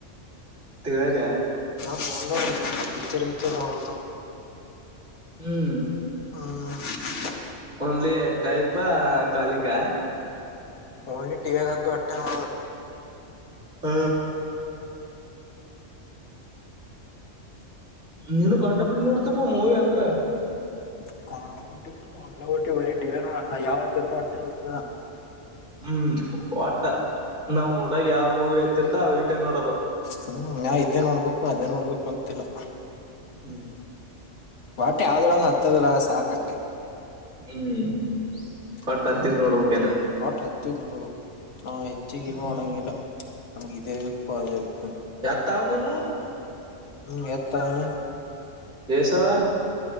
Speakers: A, on the right; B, on the left.
A: ತಿವಾಗ
B: ಬಂದ ಪಿಕ್ಚರ್ ಕಿಕ್ಚರ್ ನೋಡಲ್ತಮ್ಮ <inaudible>
A: ಹ್ಮ್
B: ಹ <inaudible>
A: only type calling
B: only TV <unintelligible> ಹ್ದು ಅಟ್ಟ ನ
A: ಹ ನೀನು ಕಂಡ ಬಿಟ್ ನೋಡ್ತಪ್ಪು ಮೂವಿ ಅಂದ್ರ
B: <unintelligible> ಟ್ಟ್ಟ್ಟಿ ಬರೀ ಟಿವ ಯಾವತ್ತತ್ತು ಅ
A: ಹ್ಮ್ ಒಟ್ಟ ನಾವ್ ನೋಡ ಯಾವ್ ಮೂವಿ ಆತಿರ್ತ ಅವ ಇಟ್ಟೇ ನೋಡದು
B: ಹ ನಾ ಇದೇ ನೋಡ್ಬೇಕು ಅದೇ ನೋಡ್ಬೇಕು ಅಂತಿಲ್ಲ
A: ಹ್ಮ್
B: ಬಟ್ಟೆ ಯಾವ್ದರು ಹತ್ತದಲ್ಲ ಸಾಕಟ್ಟೆ
A: ಹ್ಮ್ ಒಟ್ಟ
B: ಹ್ಮ್
A: ಹತ್ತಿದ್ ನೋಡ್ಬೇಕೇನ
B: ಒಟ್ ಹತ್ತಿದ್ ನೋಡಬೆಕ್ ನಾವು ಹೆಚ್ಚಿಗೆ ಇದು
A: ಹ್ಮ್
B: ಮಾಡಂಗಿಲ್ಲ ನಮ್ಗೆ ಇದೆ ಪದೆಗ
A: ಎತ್ತಾವ್ ನೀಮು
B: ಹ್ಮ್ ಎತಾನ
A: ಎಸವಾ